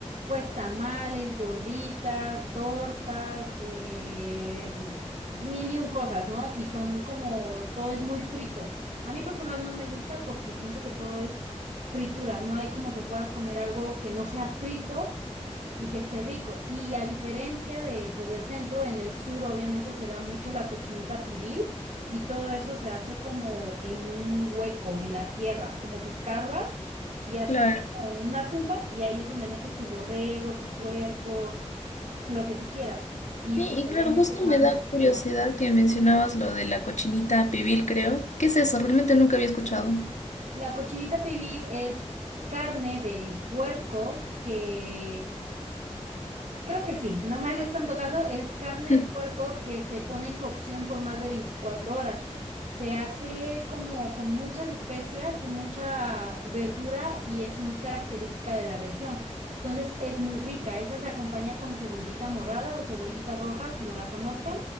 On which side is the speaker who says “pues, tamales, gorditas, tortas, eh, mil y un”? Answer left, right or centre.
Right